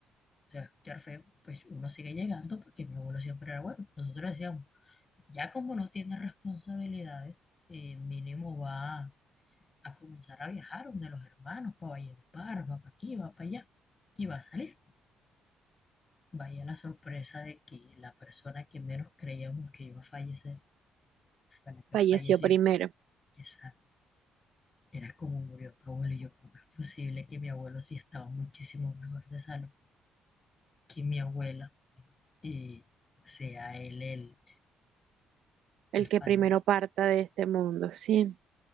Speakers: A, on the left; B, on the right.
A: se va a escuchar feo, pues uno sigue llegando porque mi abuelo siempre era bueno. Nosotros decíamos, Ya como no tiene responsabilidades, eh, mínimo va a comenzar a viajar donde los hermanos, para Valledupar, va para aquí, va para allá, y va a salir. Vaya la sorpresa de que la persona que menos creíamos que iba a fallecer fue la que
B: Falleció
A: falleció.
B: primero,
A: Esa era como murió tu abuelo y yo, ¿cómo es posible que mi abuelo sí estaba muchísimo mejor de salud que mi abuela y sea él el,
B: el
A: el
B: que
A: fallecido?
B: primero parta de este mundo, sí.